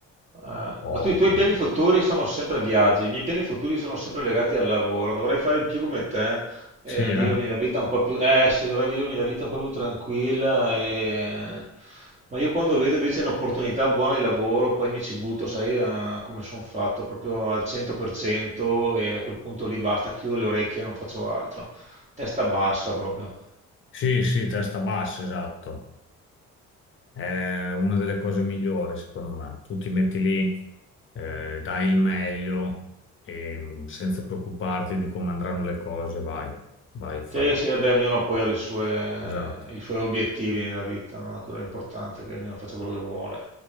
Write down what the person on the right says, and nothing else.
Ah,
ma tu i tuoi piani futuri sono sempre viaggi, i miei piani futuri sono sempre legati al lavoro. Dovrei fare più come te, eh,
vivermi
la vita un po' più, eh sì, dovrei vivermi la vita un po' più tranquilla. e- Ma io quando vedo invece un'opportunità buona di lavoro, poi mi ci butto, sai, eh, come sono fatto, proprio al 100% e a quel punto lì basta, chiudo le orecchie e non faccio altro. Testa bassa proprio.
Sì, sì, vabbè, ognuno poi ha le sue-
i suoi obiettivi nella vita, no? Quello è importante, che ognuno faccia quello che vuole.